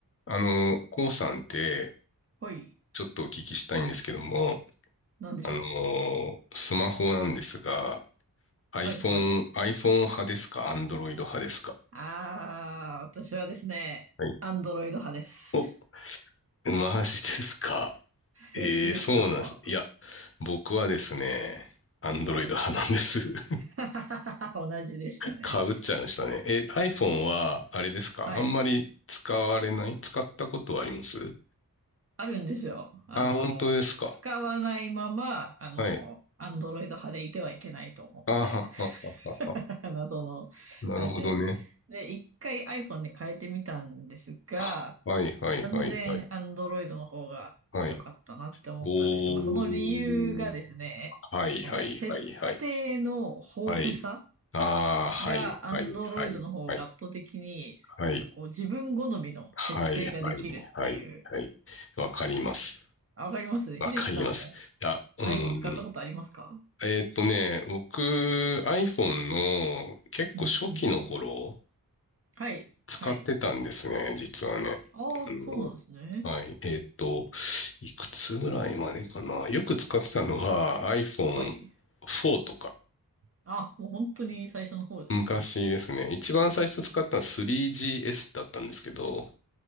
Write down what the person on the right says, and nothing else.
はい。
なんでしょう。
はいはい。
あー、私はですね、
アンドロイド派です。
え、秀樹さんは
はい。
<laughs> 同じでしたね。
はい。あるんですよ。あの、
使わないまま、あの、
アンドロイド派でいてはいけないと思って。
<laughs> 謎の、
あれで。で、一回 iPhone に変えてみたんですが、
完全アンドロイドの方が良かったなって思ったんですけど、
まあ、その理由がですね、
この設定の豊富さ
がアンドロイドの方が圧倒的に、
なんかこう自分好みの設定ができるっていう。
あわかります秀樹さんも
iPhone 使ったことありますか
うんうんうん。はい、
はい。
ああ、
そうなんですね。
はい。
あ、もう本当に最初の方ですね。